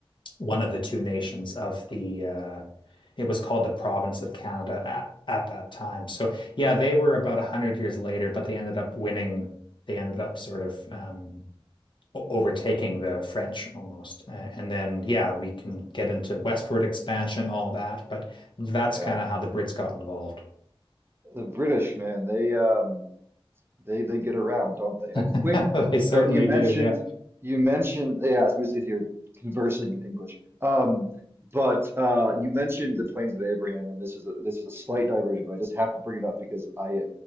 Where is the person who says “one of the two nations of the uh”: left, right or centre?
Left